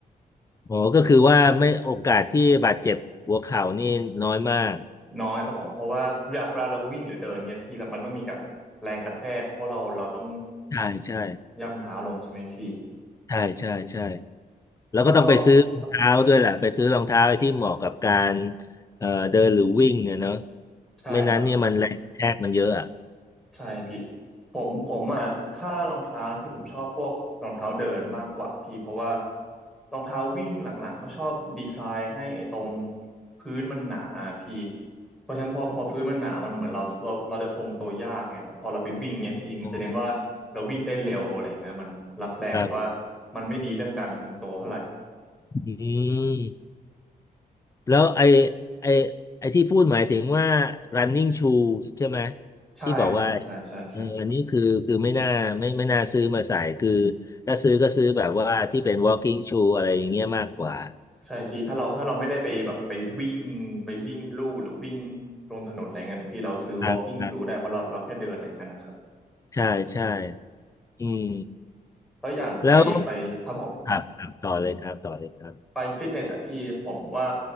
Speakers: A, on the left; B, in the centre.
A: อ๋อก็คือว่าไม่โอกาสที่บาดเจ็บหัวเข่านี่น้อยมาก
B: น้อยครับผมเพราะว่าเวลาเวลาเราวิ่งหรือเดินเนี่ยพี่เรามันต้องมีกับแรงกระแทกเพราะเราเราต้อง
A: ใช่ใช่
B: ย่ำเท้าลงใช่ไหมพี่
A: ใช่ใช่ใช่ แล้วก็ต้องไปซื้อรองเท้าด้วยแหละไปซื้อรองเท้าไอ้ที่เหมาะกับการ
B: แล้วก็ครับผม
A: เอ่อเดินหรือวิ่งอะเนาะ
B: ใช่ครับผม
A: ไม่นั้นเนี่ยมันแรงกระแทกมันเยอะอ่ะ
B: ใช่พี่ผมผมอ่ะถ้ารองเท้าพี่ผมชอบพวกรองเท้าเดินมากกว่าพี่เพราะว่ารองเท้าวิ่งหลังๆเขาชอบดีไซน์ให้ไอ้ตรงพื้นมันหนาอะพี่เพราะฉะนั้นพอพอพื้นมันหนามันเหมือนเราเราเราจะทรงตัวยากไงแต่พอเราไปวิ่งเนี่ยพี่มันจะเน้นว่าเราวิ่งได้เร็วอะไรอย่างเงี้ยมันรับแรงแต่ว่า
A: อ๋อครับ
B: มันไม่ดีเรื่องการทรงตัวเท่าไหร่
A: อืมแล้วไอ้ไอ้ไอ้ที่พูดหมายถึงว่า running shoes ใช่ไหม
B: ใช่ครับผมใช่ใช่ใช่
A: ที่บอกว่าเอออันนี้คือคือไม่น่าไม่ไม่น่าซื้อมาใส่คือถ้าซื้อก็ซื้อแบบว่าที่เป็น walking shoe อะไรอย่างเงี้ยมากกว่า
B: ใช่พี่ถ้าเราถ้าเราไม่ได้ไปแบบไปวิ่งไปวิ่งลู่หรือวิ่งลงถนนอะไรเงี้ยนะพี่เราซื้อ
A: ครับครับ
B: walking shoe ได้เพราะเราเราแค่เดินอะไรเงี้ยนะครับ
A: ใช่ใช่อืม
B: แล้วอย่างไปไปครับผม
A: แล้วครับครับต่อเลยครับต่อเลยครับ
B: ไปฟิตเนสอ่ะพี่ผมว่า